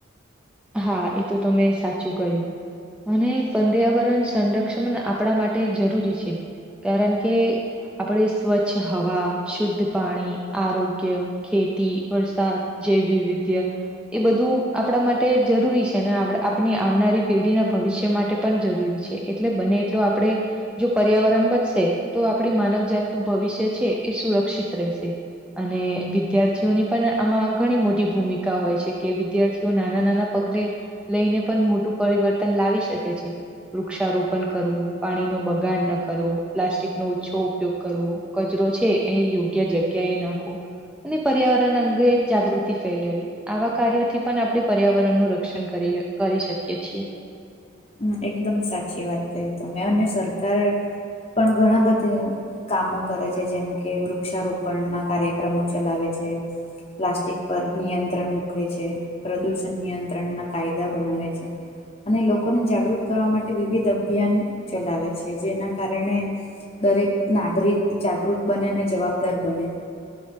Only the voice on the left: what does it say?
હમ્મ એકદમ સાચી વાત કહી તમે અને સરકાર પણ ઘણા બધા કામો કરે છે જેમ કે વૃક્ષારોપણ ના કાર્યક્રમો ચલાવે છે પ્લાસ્ટિક પર નિયંત્રણ મૂકવે છે. પ્રદૂષણ નિયંત્રણ ના કાયદા બનાવે છે અને લો લોકોને જાગૃત કરવા માટે વિવિધ અભિયાન ચલાવે છે જેના કારણે દરેક નાગરિક જાગૃત બને અને જવાબદાર બને